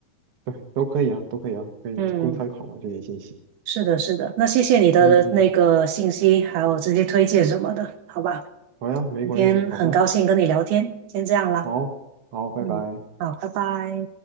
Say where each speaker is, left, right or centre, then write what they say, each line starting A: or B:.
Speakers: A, on the right; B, on the right.
A: 对，都可以啊，都可以啊，可以供参考嘛，
B: 嗯，
A: 这些信息，
B: 是的，是的。那谢谢你的那个信息，
A: 嗯嗯，
B: 还有这些推荐什么的，好吧？
A: 好呀，没关系，
B: 今天很高兴跟你聊天，
A: 好的，
B: 先这样啦。
A: 好，好，拜拜。
B: 嗯，好，拜拜。